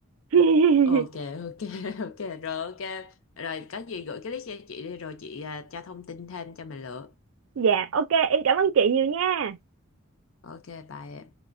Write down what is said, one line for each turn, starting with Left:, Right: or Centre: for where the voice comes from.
Right: <laughs>
Left: ok ok <laughs> ok rồi ok rồi có gì gửi cái list cho chị đi rồi chị à, cho thông tin thêm cho mình lựa
Right: dạ ok em cảm ơn chị nhiều nha
Left: ok bye em